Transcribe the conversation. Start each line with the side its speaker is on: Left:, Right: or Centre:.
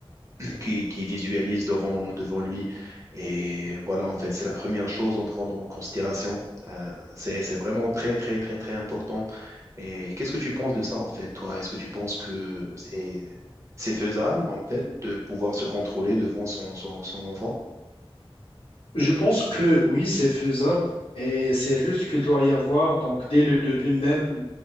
Right: qui, qui visualise devant, devant lui. Et voilà, en fait, c'est la première chose à prendre en considération. Euh, c'est, c'est vraiment très, très, très, très important. Et qu'est-ce que tu penses de ça, en fait, toi? Est-ce que tu penses que c'est, c'est faisable, en fait, de pouvoir se contrôler devant son, son, son enfant?
Left: Je pense que oui, c'est faisable et c'est juste qu'il doit y avoir, donc dès le début même,